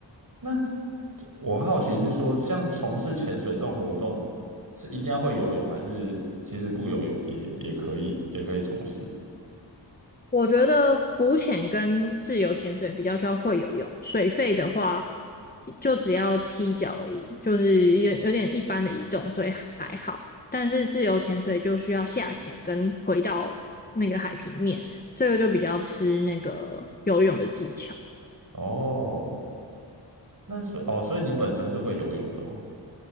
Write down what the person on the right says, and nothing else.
那我好奇是说，像从事潜水这种活动，是一定要会游泳，还是其实不游泳也也可以，也可以从事？
哦，那所以哦，所以你本身是会游泳的吗？